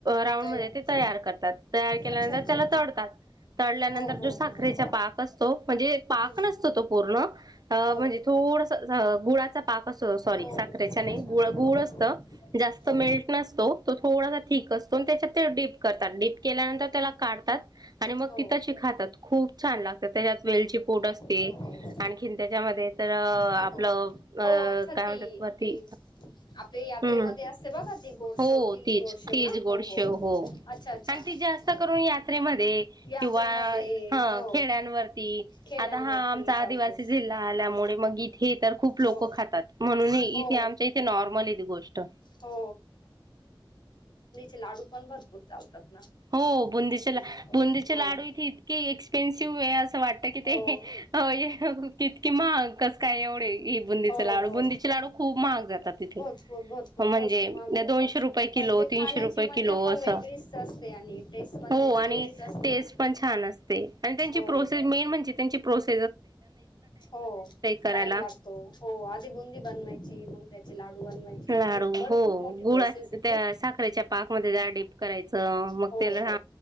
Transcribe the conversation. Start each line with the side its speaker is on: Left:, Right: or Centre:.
Right: राऊंड
Left: तयार
Right: मध्ये ते तैयार करतात तैयार त्याला
Left: अच्छा
Right: नंतर
Left: अच्छा
Right: तळतात तळल्या नंतर
Left: हो हो
Right: जो साखरचा
Left: हो
Right: पाक असतो म्हणजे
Left: हम्म
Right: पाक नसतो तो पूर्ण म्हणजे
Left: हो
Right: थोडंसं गुळाचा पाक असं सॉरी
Left: हो
Right: साखरेच्या
Left: हो हो
Right: नाही
Left: अच्छा हो
Right: गुळ गुळ
Left: हो
Right: <unintelligible> जास्त
Left: हो
Right: मिळत नसतो. तो थोडासा थीक असतो आणि त्याच्यात ते डीप करतात डीप केल्यानंतर त्याला काढतात आणि मग
Left: हो
Right: तिथ खातात खूप छान लागतात त्याच्यात वेलची पूड असते
Left: हो
Right: आणखीन त्याच्यामध्ये तर
Left: हो
Right: आपलं अ
Left: हो अच्छा ती
Right: काय म्हणतात वरती
Left: आपली आपले यात्रेमध्ये
Right: हम्म
Left: असते बघा ती गोडशेव
Right: हो
Left: ती
Right: तीच
Left: गोडशेव
Right: तीच
Left: ना हो
Right: गोडशेव
Left: हो हो अच्छा अच्छा.
Right: आणि ती
Left: हो
Right: जास्त करून यात्रेमध्ये
Left: यात्रेमध्ये
Right: किंवा ह
Left: हो
Right: खेड्यांवरती
Left: खेड्यांवरती
Right: आता हा आमचा आदिवासी
Left: चालतेच
Right: जिल्हा आल्यामुळे मगी हे तर खूप लोक
Left: हो
Right: खातात म्हणून इथे
Left: हो
Right: आमच्या इथे नॉर्मल आहेे गोष्ट.
Left: हो लाडूपण भरपूर चालतात. ना
Right: हो बुंदीचे
Left: हो
Right: बुंदीचे
Left: हो
Right: लाडू इथे इतके एक्सपेन्सिव्ह आहे असं वाटत की
Left: हो
Right: ते <unintelligible> की महाग कस काय एवढे हे बुंदीचे
Left: हो
Right: लाडू
Left: हो
Right: बुंदीचे लाडू खूप महाग जातात. तिथे
Left: भरपूर भरपूर
Right: म्हणजे
Left: भरपूर माग जातात
Right: दोनशे रुपये
Left: पण
Right: किलो
Left: ते
Right: तीनशे
Left: खाण्याची
Right: रुपये
Left: मजा
Right: किलो
Left: पण
Right: असं
Left: वेगळीच असते आणि टेस्ट पण
Right: हो
Left: त्याची
Right: आणि
Left: वेगळीच असते
Right: टेस्ट
Left: ना
Right: पण छान असते. आणि त्यांची
Left: हो
Right: प्रोसेस मेन म्हणजे ची प्रोस
Left: हो
Right: करायला
Left: टाइम लागतो हो आधी बुंदी बनवायची <unintelligible>
Right: लाडू
Left: म्हणजे भरपूर
Right: हो
Left: मोठी प्रोसेस
Right: गुळा
Left: आहे
Right: त्या
Left: ती
Right: साखरेच्या पाकमध्ये जा <unintelligible> करायचं मग
Left: हो
Right: त्याला
Left: हो